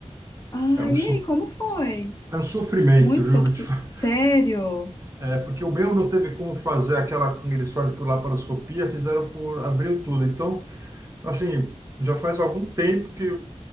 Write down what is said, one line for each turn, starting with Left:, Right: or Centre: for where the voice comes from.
Left: Ah,
Right: É um,
Left: e
Right: sof...
Left: aí, como foi?
Right: é um sofrimento,
Left: Muito
Right: viu?
Left: sofrido.
Right: Vou te falar.
Left: Sério?
Right: É, porque o meu não teve como fazer aquela que eles fazem por laparoscopia, fizeram por, abriu tudo. Então, assim, já faz algum tempo que